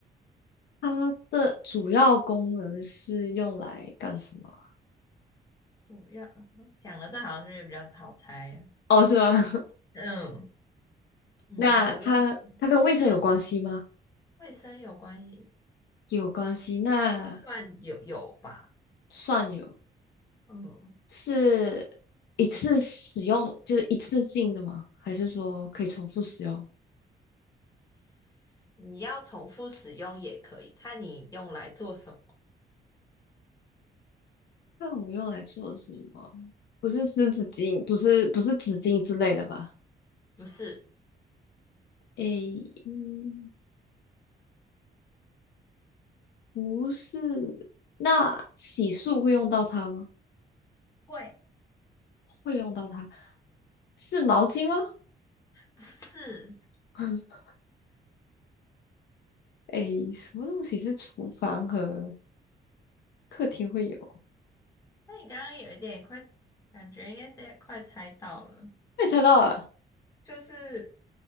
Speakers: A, on the left; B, on the left.
A: 它的主要功能是用来干什么？
B: 主要讲了这好像就是比较好猜啊，
A: 哦，是吗？<laughs>
B: 嗯嗯，
A: 那它它跟卫生有关系吗？
B: 主要嗯，卫生有关系，
A: 有关系，那
B: 算有有吧，
A: 算有。
B: 嗯，
A: 是一次使用，就是一次性的吗？还是说可以重复使用？
B: <sniffs> 你要重复使用也可以，看你用来做什么，
A: 那我用来做什么？不是湿纸巾，不是不是纸巾之类的吧？
B: 不是
A: 诶，嗯，不是。那洗漱会用到它吗？
B: 会，
A: 会用到它，是毛巾吗？
B: 不是。
A: <laughs> 诶，什么东西是厨房和客厅会有？
B: 那你刚刚有一点快，感觉应该是快猜到了，
A: 我也猜到了，
B: 就是